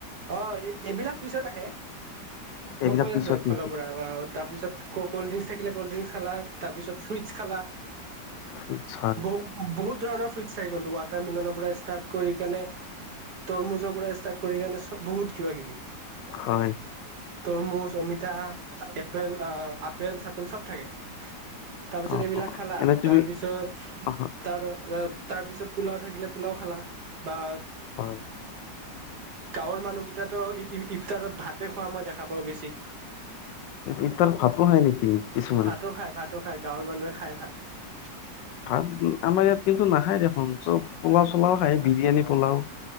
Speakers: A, on the right; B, on the left.
A: অ এইবিলাক পিছত আহে
B: এইবিলাক
A: মই কৈ
B: পিছত
A: আছো একফালৰ
B: নেকি
A: পৰা বা তাৰপিছত ক কল্ড ড্ৰিংক থাকে কল্ড ড্ৰিংকস খালা তাৰপিছত ফ্ৰুটছ খালা।
B: হয়
A: বহু বহুত ধৰণৰ ফ্ৰুইচ থাকে কিন্তু, ৱাটাৰ-মেলনৰ পৰা ষ্টাৰ্ট কৰি কেনে তৰমুজৰ পৰা ষ্টাৰ্ট কৰি কেনে বহুত কিবা-কিবি
B: হয় হয়।
A: তৰমুজ, অমিতা, এপেল আপেল চাপেল চব থাকে তাৰপিছত
B: অ
A: এইবিলাক খালা
B: এনে তুমি
A: তাৰ পিছত
B: অ'
A: তাৰ তাৰ পিছত পোলাও থাকিলে পোলাও খালা বা
B: হয়
A: গাঁৱৰ মানুহকেইটাতো ইফতাৰত ভাতে খোৱা মই দেখা পাওঁ বেছি।
B: ইফতাৰত ভাতো খাই নেকি কিছুমানে
A: ভাতৌ খাই ভাত খাই। গাঁৱৰ মানুহে খাই ভাত।
B: ভাত আমাৰ ইয়াত কিন্তু নাখায় দেখোন চব পোলা চোলাও খাই বিৰিয়ানী। পোলাও